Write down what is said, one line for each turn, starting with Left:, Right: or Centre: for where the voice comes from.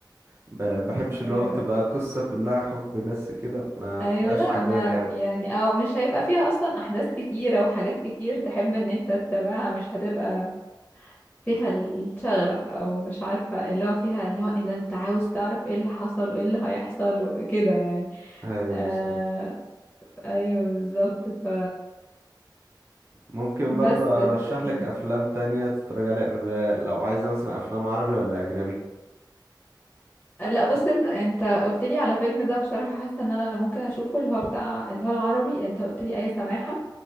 Right: ب- بحبش اللي
Left: ايوه
Right: هو تبقى قصه كلها حب بس كده ما بتبقاش
Left: ايوه لا
Right: عجباني
Left: ما
Right: قوي
Left: يعني اه مش هيبقى فيها اصلا احداث كتيرة وحاجات كتير تحب ان انت تتابعها مش هتبقى فيها الشغف او مش عارفه اللي هو فيها اللي هو إيه ده انت عاوز تعرف ايه اللي حصل وايه اللي هيحصل وكده يعني
Right: ايوه
Left: آه ايوه بالظبط ف
Right: ممكن
Left: بس
Right: برضو ارشح
Left: ف...
Right: لك
Left: م.
Right: افلام تانية تتفرج عليها ب- لو عايزة مثلا افلام عربي ولا اجنبي
Left: لا بص انت انت قلت لي على فيلم ده بصراحه حاسه ان انا اللي ممكن اشوفه اللي هو بتاع اللي هو العربي انت قلت لي اي سماحه